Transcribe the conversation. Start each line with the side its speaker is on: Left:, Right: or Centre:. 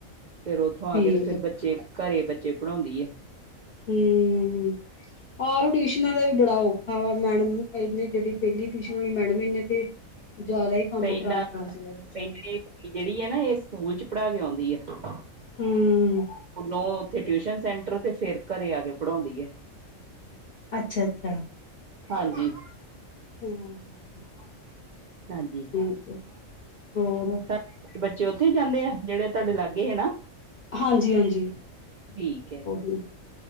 Right: ਫੇਰ ਉੱਥੋਂ
Left: ਠੀਕ
Right: ਆ ਕੇ ਤੇ ਫੇਰ ਬੱਚੇ ਘਰੇ ਚੇਪੜਾ ਹੁੰਦੀ ਏ।
Left: ਹੂੰ ਮ ਆਹੋ ਟਿਊਸ਼ਨਾਂ ਦਾ ਵੀ। ਬੜਾ ਔਖਾ ਵਾ ਮੈਡਮ ਇਹਨੇ ਜਿਹੜੀ ਪਹਿਲੀ ਟਿਊਸ਼ਨ ਮੈਡਮ ਇਹਨੇ ਤੇ। ਜ਼ਿਆਦਾ ਹੀ ਕੰਮ
Right: ਪਹਿਲਾਂ
Left: ਖ਼ਰਾਬ ਕਰ ਛੱਡਿਆ
Right: ਪਹਿਲੇ
Left: ਬੱਚਿਆਂ ਨੂੰ
Right: ਕੁੀ ਜਿਹੜੀ ਹੈ ਨਾ ਇਹ ਸਕੂਲ ਚ ਪੜ੍ਹਾ ਕੇ ਆਉਂਦੀ। <unintelligible>
Left: ਹੂੰ
Right: ਹੁਣ ਉਹ ਉੱਥੇ। ਟਿਊਸ਼ਨ ਸੈਂਟਰ ਤੇ ਫਿਰ। ਘਰੇ ਆ ਕੇ ਪੜ੍ਹਾਉਂਦੀ ਹੈ।
Left: ਅੱਛਾ ਅੱਛਾ
Right: ਹਾਂਜੀ।
Left: ਹੂੰ।
Right: ਹਾਂਜੀ
Left: ਠੀਕ ਹੈ ਹੋਰ।
Right: ਤੁਹਾਡੇ ਬੱਚੇ ਉੱਥੇ ਹੀ ਜਾਂਦੇ ਆ ਜਿਹੜੇ ਤੁਹਾਡੇ ਲਾਗੇ ਹੈ ਨਾ।
Left: ਹਾਂਜੀ-ਹਾਂਜੀ
Right: ਠੀਕ ਹੈ।
Left: ਉਹੀ।